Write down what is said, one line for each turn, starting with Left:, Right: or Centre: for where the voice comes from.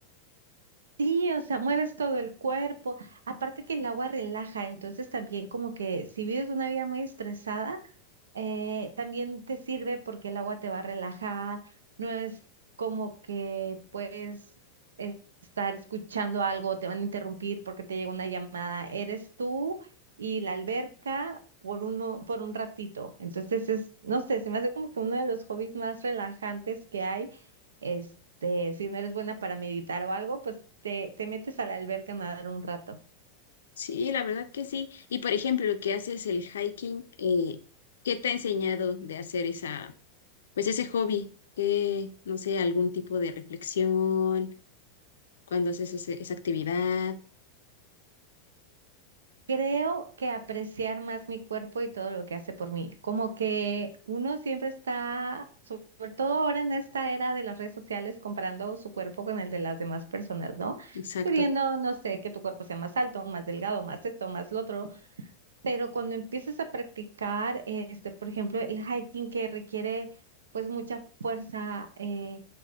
Right: Sí, o sea, mueves todo el cuerpo. Aparte que el agua relaja, entonces también como que si vives una vida muy estresada, Eh, también te sirve porque el agua te va a relajar, no es como que puedes es- estar escuchando algo, te van a interrumpir porque te llega una llamada, eres tú y la alberca por uno, por un ratito. Entonces es, no sé, se me hace como que uno de los hobbies más relajantes que hay. Este, si no eres buena para meditar o algo, pues te, te metes a la alberca a nadar un rato.
Left: Sí, la verdad que sí. Y por ejemplo, lo que haces el hiking, eh, ¿qué te ha enseñado de hacer esa, pues ese hobby? Eh, no sé, algún tipo de reflexión cuando haces ese- esa actividad.
Right: Creo que apreciar más mi cuerpo y todo lo que hace por mí. Como que uno siempre está, so- sobre todo ahora en esta era de las redes sociales, comparando su cuerpo con el de las demás personas, ¿no?
Left: Exacto.
Right: Queriendo, no sé, que tu cuerpo sea más alto, más delgado, más esto, más lo otro. Pero cuando empiezas a practicar, este, por ejemplo, el hiking que requiere pues mucha fuerza, eh,